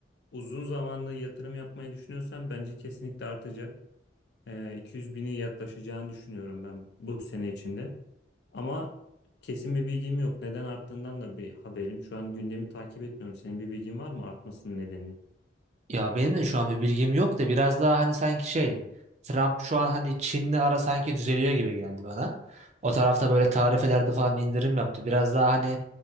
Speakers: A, on the left; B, on the right.
A: Uzun zamanlı yatırım yapmayı düşünüyorsan bence kesinlikle artacak. Ee, 200 bini yaklaşacağını düşünüyorum ben bu sene içinde. Ama kesin bir bilgim yok. Neden arttığından da bir haberim. Şu an gündemi takip etmiyorum. Senin bir bilgin var mı artmasının nedenini?
B: Ya benim de şu an bir bilgim yok da biraz daha hani sanki şey Trump şu an hani Çin'le ara sanki düzeliyor gibi geldi bana. O tarafta böyle tarifelerde falan indirim yaptı. Biraz daha hani